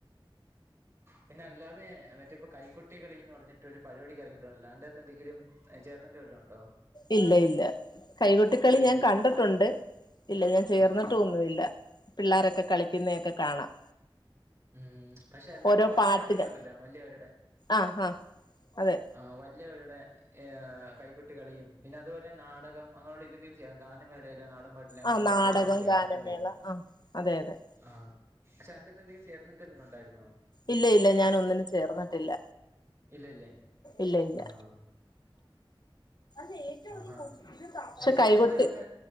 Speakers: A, on the right; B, on the left.
A: പിന്നെ അല്ലാതെ മറ്റേ കൈക്കുട്ടിക കളിന്ന് പറഞ്ഞിട്ട് ഒരു പരിപാടിക്ക് ഇറങ്ങി ത അല്ലാൻണ്ടെകത്തെ എന്തെങ്കിലും ചേർന്നിട്ട് വല്ലോ ഉണ്ടോ
B: ഇല്ല ഇല്ല കൈകൊട്ടിക്കളി
A: ഇല്ലല്ലേ
B: ഞാൻ കണ്ടിട്ടുണ്ട് ഇല്ല ഞാൻ ചേർന്നിട്ടും
A: ആഹ്
B: ഒന്നുമില്ല പിള്ളോരൊക്കെ കളിക്കുന്നതൊക്കെ കാണാം
A: ഉം പക്ഷെ അല്ലാതെ
B: ഓരോ
A: വലിയ
B: പാട്ടിന്
A: വരുടൊ ക്കെ ഉണ്ടല്ലോ വല്ല്യവരുടെ
B: ആഹ് ആഹ് അതെ
A: ആഹ് വല്ല്യവരുടെ ഏഹ് കൈകൊട്ടി കളിയും പിന്നെ അതുപോലെ നാടകം അങ്ങനുള്ളതെങ്കിലും ചെയ്യണം ഗാനമേളയെല്ലോ നാടൻ പാട്ട് ഇല്ല അങ്ങോട്ടള്ള
B: ആഹ് നാടകം
A: എവിടെ എവിടും ചേർന്ന്ട്ടേണ്ടിണ്ട്
B: ഗാനമേള ആഹ് അതെ അതെ
A: ആഹ് അന്റെത്തെ എന്തെങ്കിലും ചേർന്നിട്ട് എന്തേലും ഉണ്ടായിരുന്നോ
B: ഇല്ല ഇല്ല ഞാൻ ഒന്നിനും ചേർന്നിട്ടില്ല
A: ഇല്ലല്ലേ
B: ഇല്ല ഇല്ല
A: ആഹ്
B: <inaudible>
A: ആഹാ
B: പക്ഷെ
A: ഉത്സവത്തിന്
B: കൈകൊട്ട്
A: അന്ന്